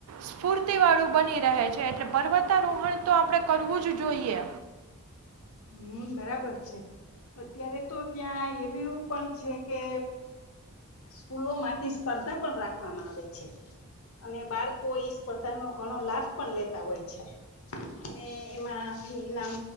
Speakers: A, on the right (about 75°); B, on the left (about 65°).
A: સ્ફૂર્તિ વાળું બની રહે છે એટલે પર્વતારોહણ તો આપણે કરવું જ જોઈએ.
B: હમ બરાબર છે અત્યારે તો ત્યાં એવીયુ પણ છે કે સ્કૂલો માંથી સ્પર્ધા પણ રાખવામાં આવે છે અને બાળકોઈ સ્પર્ધા નો ઘણો લાભ પણ લેતા હોય છે અને એમાંથી ઈનામ